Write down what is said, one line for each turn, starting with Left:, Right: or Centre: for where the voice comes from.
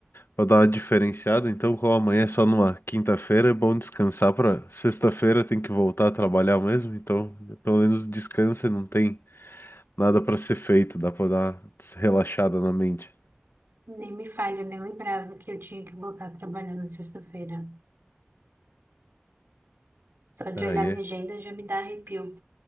Left: Pra dar uma diferenciada, então, como amanhã é só numa quinta-feira, é bom descansar pra sexta-feira tem que voltar a trabalhar mesmo, então pelo menos descansa e não tem nada pra ser feito, dá pra dar uma relaxada na mente.
Right: Nem me falha, eu nem lembrava que eu tinha que voltar trabalhando sexta-feira. Só de
Left: Aí
Right: olhar minha
Left: é.
Right: agenda já me dá arrepio.